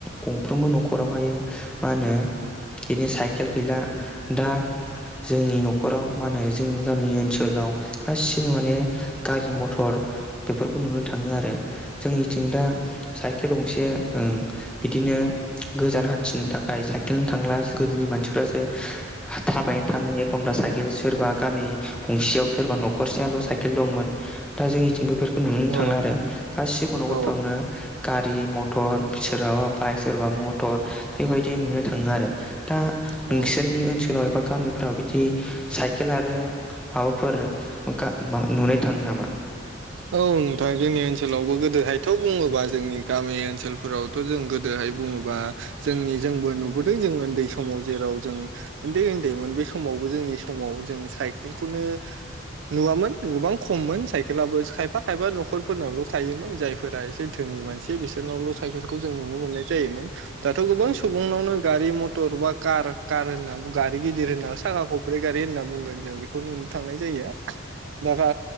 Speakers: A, in the centre; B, on the right.
A: गंफ्रोमबो न'खर न'खरावहायो मा होनो बिदिनो साइकेल गैला दा जोंनि न'खराव मा होनो जोंनि गामि ओनसोलाव गासिबो माने गारि मथर बेफोरखौ नुनो थाङो आरो जोंनिथिं दा साइ साइखेल गंसे ओं बिदिनो गोजान हान्थिनो थाखाय साइकेलजों थांला गोदोनि मानसिफ्रासो थाबायनो थाङो एखनबा साइेल केल सोरबा गामि गंसेयाव सोरबा न'खरसेयाल' साइकेल दंमोन दा जोंनिथिं बेफोर नुनो
B: औ
A: थांला आरो गासिबो न'खरफ्रावनो
B: औ
A: गारि मथर सोरहाबा बाइक सोरबा मटर बेबायदि नुनो थाङो आरो दा
B: औ
A: नोंसोरनि ओनसोलाव बा गामिफ्राव बिदि सा साइकेल आरो माबाफोर नुनाय थाङो नामा
B: औ नोंथां जोंनि ओनसोलावबो गोदोहायथ' बुङोबा जोंनि गामि ओनसोलफोरावथ' जों गोदोहाय बुङोबा जोंनि जोंबो नुबोदों जों उन्दै समाव जेराव जों उन्दै उन्दैमोन बे समावबो जोंनि समाव जों साइकेलखौनो नुवामोन गोबां खममोन साइकेलाबो खायफा खायफा न'खरफोरनावल' थायोमोन जायफोरा एसे धोनि मानसि बिसोरनावल' साइकेलखौ जों नुनो मोननाय जायोमोन दाथ' गोबां सुबुंनावनो गारि मथ थर एबा खार खार होना बुङो गारि गिदिर होना साखा खब्ब्रै गारि होनना बुंगोन जों बेखौ नुनो थांनाय जायो दा